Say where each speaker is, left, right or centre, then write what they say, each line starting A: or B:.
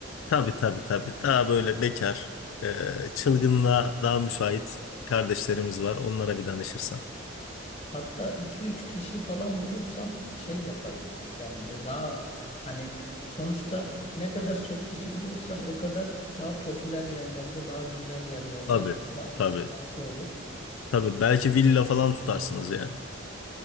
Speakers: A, on the left; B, on the left.
A: tabii tabii tabii. Daha böyle bekar, e, çılgınlığa daha müsait kardeşlerimiz var. Onlara bir danışırsan.
B: Hatta iki üç kişi falan bulursam şey yapayım ya bence. Daha hani sonuçta ne kadar <laughs> çok kişi bulursan o kadar daha popüler yerlerde, daha güzel yerlerde
A: Tabii.
B: kalma
A: Tabii.
B: şansı olur.
A: Tabii.
B: E,
A: Belki villa falan tutarsınız yani.